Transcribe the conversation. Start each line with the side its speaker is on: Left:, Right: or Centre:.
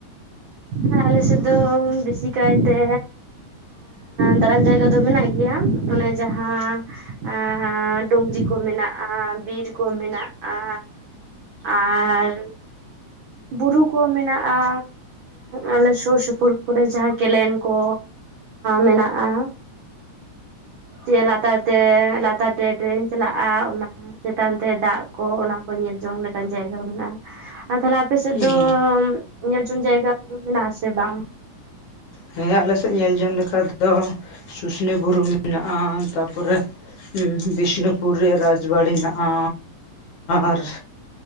Right: ᱦᱮᱸ ᱟᱞᱮ ᱥᱮᱫ ᱫᱚ ᱵᱮᱥᱤ ᱠᱟᱭᱛᱮ ᱫᱟᱬᱟᱱ ᱡᱟᱭᱜᱟ ᱫᱚ ᱢᱮᱱᱟᱜ ᱜᱮᱭᱟ᱾ ᱚᱱᱮ ᱡᱟᱦᱟᱸ ᱟᱸ ᱰᱩᱝᱨᱤ ᱠᱚ ᱢᱮᱱᱟᱜ-ᱟ ᱵᱤᱨ ᱠᱚ ᱢᱮᱱᱟᱜ-ᱟ ᱟᱨ ᱵᱩᱨᱩ ᱠᱚ ᱢᱮᱱᱟᱜ-ᱟ ᱟᱞᱮ ᱥᱩᱨ ᱥᱩᱯᱩᱨ ᱠᱚᱨᱮ ᱡᱟᱦᱟᱸ ᱠᱮᱱᱮᱞ ᱠᱚ ᱢᱮᱱᱟᱜ-ᱟ᱾ ᱪᱮ ᱞᱟᱛᱟᱨ ᱛᱮ ᱞᱟᱛᱟᱨ ᱴᱮ ᱴᱨᱮᱱ ᱪᱟᱞᱟᱜ-ᱟ ᱚᱱᱟ ᱪᱮᱛᱟᱱ ᱛᱮ ᱫᱟᱜ ᱠᱚ ᱚᱱᱟ ᱠᱚ ᱧᱮᱞ ᱡᱚᱝ ᱞᱮᱠᱟᱱ ᱡᱟᱭᱜᱟ ᱢᱮᱱᱟᱜ-ᱟ᱾ ᱟᱨ ᱛᱟᱦᱞᱮ ᱟᱯᱮ ᱥᱮᱫ
Left: ᱦᱮᱸ
Right: ᱫᱚ ᱧᱮᱞ ᱡᱚᱱ ᱡᱟᱭᱜᱟ ᱠᱚᱫᱚ ᱢᱮᱱᱟᱜ-ᱟ ᱥᱮ ᱵᱟᱝ?
Left: ᱦᱮᱸ ᱟᱞᱮ ᱥᱮᱫ ᱧᱮᱞ ᱡᱚᱝ ᱞᱮᱠᱟ ᱫᱚ ᱥᱩᱥᱱᱤ ᱵᱩᱨᱩ ᱢᱮᱱᱟᱜ-ᱟ᱾ ᱛᱟ ᱯᱚᱨᱮ ᱵᱤᱥᱱᱩᱯᱩᱨ ᱨᱮᱭᱟᱜ ᱨᱟᱡᱽ ᱵᱟᱲᱤ ᱢᱮᱱᱟᱜ-ᱟ ᱟᱨ